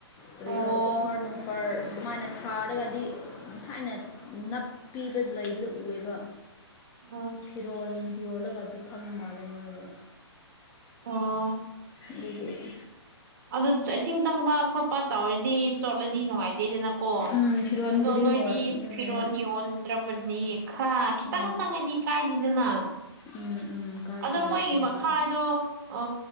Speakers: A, on the left; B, on the right.
A: ꯀꯔꯤꯔꯣ
B: ꯑꯣ
A: ꯑꯣꯐꯔ ꯅꯨꯡꯐꯔ ꯑꯗꯨꯃꯥꯏꯅ ꯊꯥꯔꯒꯗꯤ ꯊꯥꯏꯅ ꯅꯞꯄꯤꯕ ꯂꯩꯕꯗ ꯎꯑꯦꯕ
B: ꯑ
A: ꯐꯤꯔꯣꯜ ꯌꯣꯜꯂꯒꯗꯤ ꯐꯝ ꯃꯥꯜꯂꯦ ꯃꯣꯏꯗꯣ
B: ꯑꯣ
A: ꯑꯗꯨꯗꯒꯤ
B: ꯑꯗꯨ ꯏꯁꯤꯡ ꯆꯪꯕ ꯈꯣꯠꯄ ꯇꯧꯔꯗꯤ ꯆꯣꯠꯂꯗꯤ ꯅꯨꯡꯉꯥꯏꯇꯦꯗꯅꯀꯣ ꯀ
A: ꯎꯝ ꯐꯤꯔꯣꯟꯕꯨꯗꯤ
B: ꯑꯗꯣ ꯅꯣꯏꯗꯤ
A: ꯍꯣꯏ ꯑꯗꯨꯅꯦꯕ
B: ꯐꯤꯔꯣꯟ ꯌꯣꯟ ꯗ꯭ꯔꯕꯗꯤ ꯈꯔ ꯈꯤꯇꯪ
A: ꯎꯝ
B: ꯆꯪꯉꯗꯤ ꯀꯥꯏꯗꯦꯗꯅ
A: ꯎꯝ ꯎꯝ ꯀꯥꯏꯗꯦ
B: ꯑꯗꯣ ꯃꯣꯏꯒꯤ
A: ꯑꯗꯨꯒꯤꯗꯤ
B: ꯃꯈꯥꯏꯗꯣ ꯑ